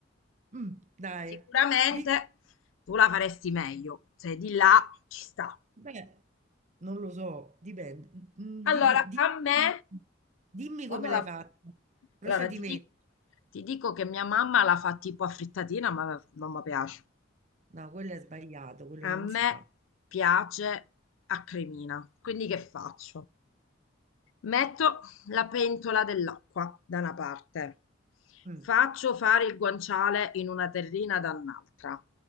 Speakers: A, on the right; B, on the left.
A: mm, dai,
B: Sicuramente
A: Di-
B: tu la faresti meglio. Se di là ci sta.
A: beh, non lo so, dipende. Mm,
B: Allora,
A: Dimmi, dimmi,
B: a me,
A: dimmi
B: quando
A: come l'hai
B: la...
A: fatta. Procedimento.
B: Allora, ti dico, ti dico che mia mamma la fa tipo a frittatina, ma non mi piace.
A: No, quello è sbagliato, quello non
B: A me
A: si fa.
B: piace a cremina, quindi che faccio? Metto la pentola dell'acqua da una parte,
A: Mm,
B: faccio fare il guanciale in una terrina da un'altra.